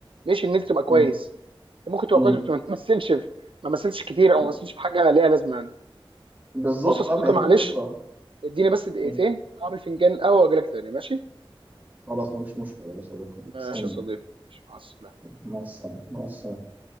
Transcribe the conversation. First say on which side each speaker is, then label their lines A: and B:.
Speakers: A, on the right (about 70°); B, on the right (about 15°).
A: ليش ان انت تبقى كويس
B: مم.
A: انت ممكن تبقى
B: مم.
A: كويس بس ما تمثلش في ما مثلش كتير
B: بز-
A: او ما مثلش في حاجه ليها لازمه يعني
B: بالظبط
A: بص يا صديقي
B: اه ما هي دي
A: معلش
B: الفكره
A: اديني بس دقيقتين
B: مم.
A: اعمل فنجان قهوه واجي لك تاني ماشي
B: خلاص مفيش مشكله يا صديقي
A: ماشي
B: استني
A: يا صديقي ماشي مع السلامه
B: مع السلامه مع السلامه